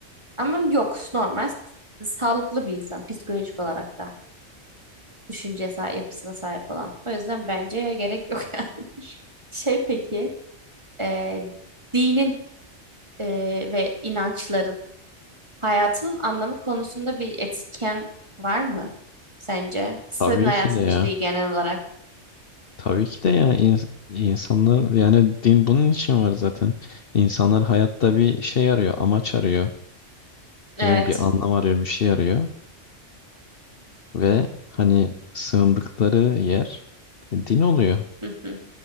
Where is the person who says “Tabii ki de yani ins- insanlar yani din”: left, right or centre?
Left